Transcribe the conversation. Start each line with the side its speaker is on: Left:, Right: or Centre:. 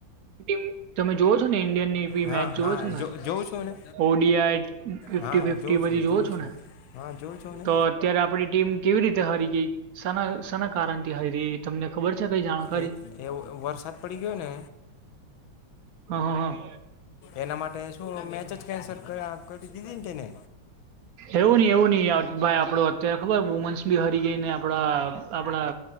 Right: ટીમ તમે જોઓ છો, ને ઇન્ડિયનની બી
Left: હા
Right: મેચ
Left: હા
Right: જોવો છો, ને
Left: જો જોઉં છું ને
Right: ઓડિઆઈ ફિફ્ટી
Left: હા
Right: ફિફ્ટી
Left: જોઉં છું
Right: બધી
Left: જોઉં
Right: જોવો
Left: છું
Right: છો, ને
Left: હા, જોવું છુ ને
Right: તો અત્યારે આપડી ટીમ કેવી રીતે હારી ગઈ સના સના કારણથી હારી ગઈ, એ તમને ખબર છે. કઈ જાણકારી
Left: એ વરસાદ, પડી ગયો ને
Right: હા, હા હા
Left: એના માટે શું મેચ, જ કેન્સલ કર આ કરી દીધિતિને તેને
Right: એવુ નહી, એવુ નહિ <unintelligible> ભાઈ આપડો ત્યારે ખબર વુમન્સ બી હરી ગઈને આપડા આપડા